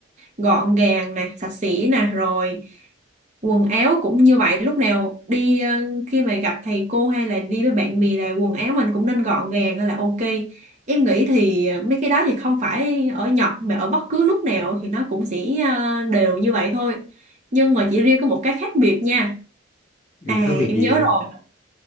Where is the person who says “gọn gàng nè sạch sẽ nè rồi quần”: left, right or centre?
Right